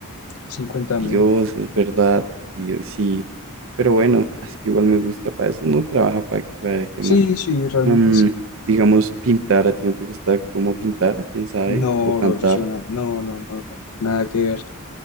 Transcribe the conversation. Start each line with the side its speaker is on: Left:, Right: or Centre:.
Left: cincuenta
Right: Dios,
Left: mil.
Right: es verdad. Dios, sí. Pero bueno, es que igual me gusta para eso. Uno trabaja para, que, para que
Left: Sí,
Right: más.
Left: sí, realmente
Right: Am,
Left: sí.
Right: digamos, pintar, ¿a ti no te gusta cómo pintar? ¿Quién sabe?
Left: No,
Right: O cantar.
Left: bro, yo soy una... No, no, no, no, nada que ver.